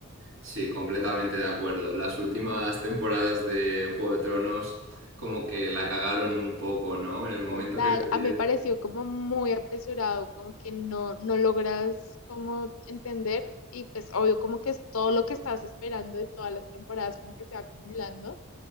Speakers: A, on the right; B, on the left.
A: Sí, completamente de acuerdo. Las últimas temporadas de Juego de Tronos como que la cagaron un poco, ¿no? En el momento
B: Total,
A: que perdí.
B: a mí me pareció como muy apresurado, como que no, no logras como entender y pues obvio como que es todo lo que estás esperando de todas las temporadas como que se va acumulando,